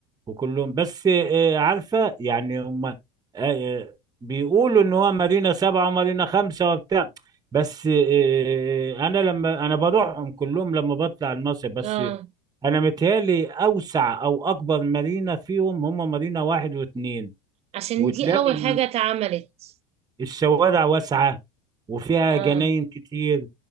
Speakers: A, on the right (about 20°); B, on the right (about 35°).
A: وكلهم بس آه، عارفة يعني هم آه، آه، بيقولوا ان هو مارينا سبعة ومارينا خمسة وبتاع بس آه، آه، انا لما انا بروحهم كلهم لما بطلع المصيف بس
B: اه
A: انا متهيألي اوسع او اكبر مارينا فيهم هم مارينا واحد واثنين
B: عشان
A: وتلاقي
B: دي اول حاجه اتعملت
A: الشوارع واسعة وفيها
B: اه
A: جناين كتير